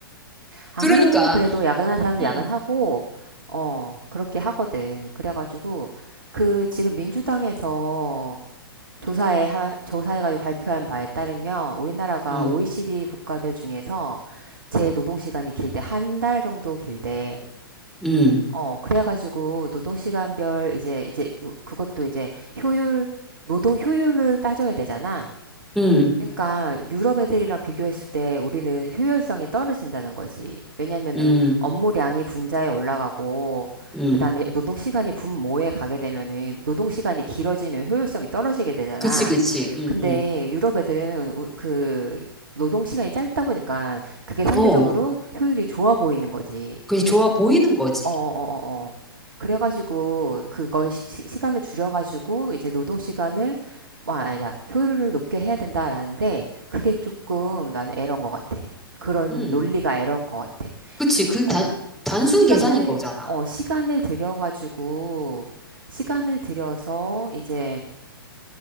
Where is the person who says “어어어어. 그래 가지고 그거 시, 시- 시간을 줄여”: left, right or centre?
Right